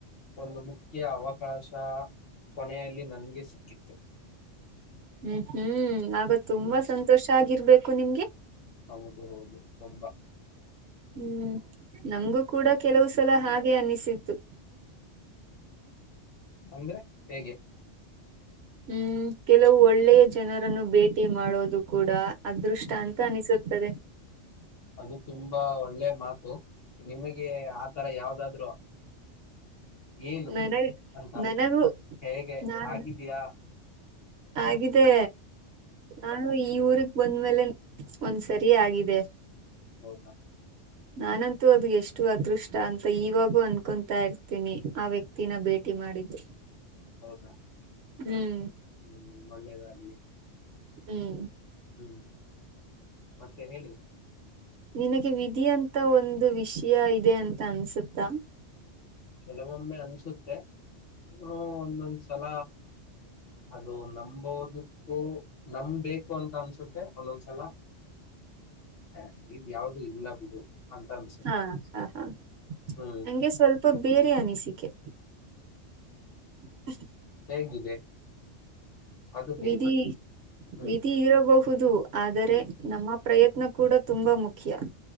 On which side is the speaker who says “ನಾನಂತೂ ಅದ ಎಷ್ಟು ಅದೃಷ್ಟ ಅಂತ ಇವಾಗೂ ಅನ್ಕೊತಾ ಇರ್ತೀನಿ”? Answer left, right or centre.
Right